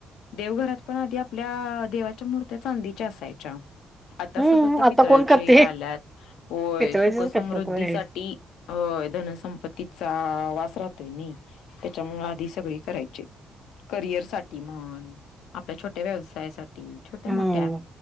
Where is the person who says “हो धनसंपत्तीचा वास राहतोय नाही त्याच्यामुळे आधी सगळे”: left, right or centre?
Left